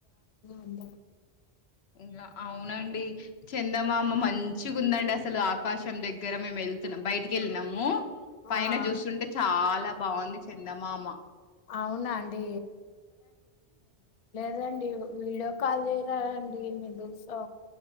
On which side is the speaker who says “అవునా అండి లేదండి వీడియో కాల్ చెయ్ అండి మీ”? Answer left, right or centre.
Left